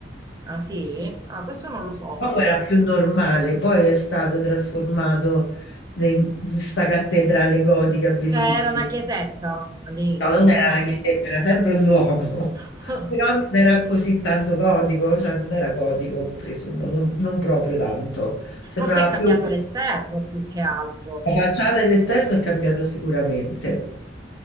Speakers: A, on the right; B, on the left.
A: Ah sì? Ah, questo non lo so.
B: Duomo era più normale, poi è stato trasformato in questa cattedrale gotica bellissima.
A: Cioè era una chiesetta all'inizio,
B: No, non
A: normale.
B: era una chiesetta, era sempre un Duomo, <laughs>
A: <laughs>
B: però non era così tanto gotico, cioè non era gotico, presumo, non, non proprio tanto. Sembrava
A: Forse è cambiato
B: più
A: l'esterno più che altro,
B: la facciata e l'esterno è cambiato sicuramente.